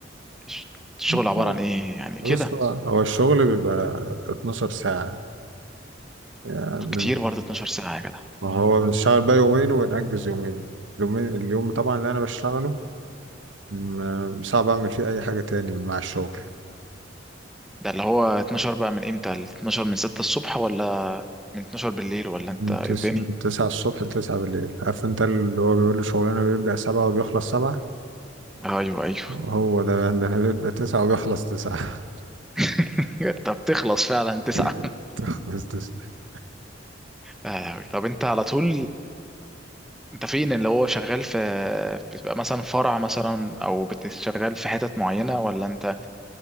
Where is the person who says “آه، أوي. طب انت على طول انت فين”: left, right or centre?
Centre